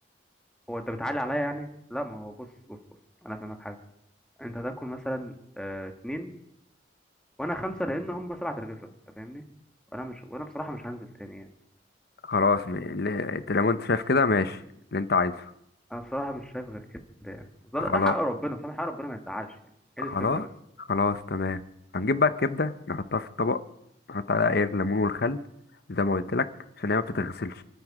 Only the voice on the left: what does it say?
خلاص م... ل- انت لو انت شايف كده ماشي اللي انت عايزه
خلاص
خلاص
خلاص تمام هنجيب بقى الكبدة نحطها في الطبق نحط عليها ايه الليمون والخل زي ما قلت لك عشان هي ما بتتغسلش